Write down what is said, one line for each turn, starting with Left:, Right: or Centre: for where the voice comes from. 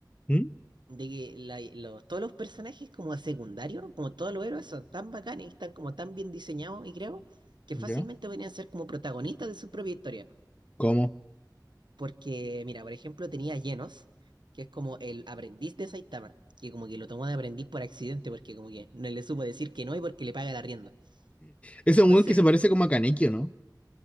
Left: ¿Mm?
Right: De que la- los, todos los personajes como secundarios, como todos los héroes, son tan bacanes y están como tan bien diseñados y creo que
Left: ¿Ya?
Right: fácilmente podrían ser como protagonistas de su propia historia.
Left: ¿Cómo?
Right: Porque, mira, por ejemplo, tenía a Genos, que es como el aprendiz de Saitama, que como que lo tomó de aprendiz por accidente, porque como que no le supo decir que no y porque le paga el arriendo. Entonces,
Left: Ese es un weón que se parece como a Kaneki, ¿o no?